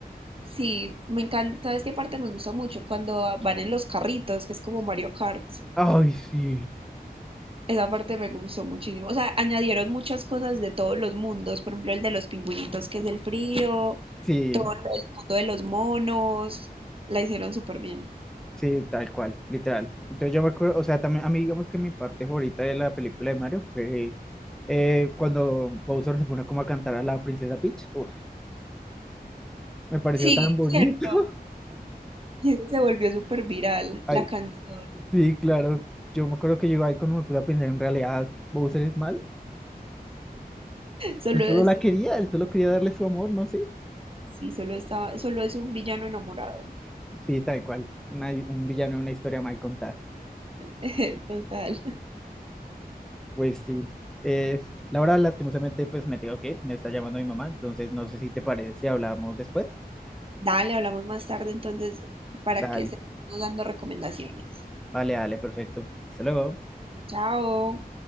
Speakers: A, on the right; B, in the centre.
A: Sí, me encanta, ¿sabes qué parte me gusta mucho? Cuando van en los carritos, que es como Mario Kart.
B: Ay, sí.
A: Esa parte me gustó muchísimo. O sea, añadieron muchas cosas de todos los mundos, por ejemplo, el de los pingüinitos, que es el frío,
B: Sí.
A: todo lo del mundo de los monos, la hicieron súper bien.
B: Sí, tal cual, literal. Entonces yo me acuerdo, o sea, también a mí digamos que mi parte favorita de la película de Mario fue eh, cuando Bowser se pone como a cantar a la princesa Peach. Uf, me pareció
A: Sí,
B: tan bonito.
A: cierto.
B: <laughs>
A: Y eso se volvió súper viral,
B: Ay,
A: la canción.
B: sí, claro. Yo me acuerdo que yo ahí cuando me puse a pensar en realidad Bowser es mal.
A: Solo
B: Él solo
A: es,
B: la quería, él solo quería darle su amor, no sé.
A: sí, solo está solo es un villano enamorado.
B: Sí, tal cual. Una- un villano de una historia mal contada.
A: <laughs> Total.
B: Pues sí. Eh, Laura, lastimosamente, pues me tengo que ir. Me está llamando mi mamá, entonces no sé si te parece si hablamos después.
A: Dale, hablamos más tarde entonces para
B: Dale.
A: que se dando recomendaciones.
B: Vale, dale, perfecto. Hasta luego.
A: Chao.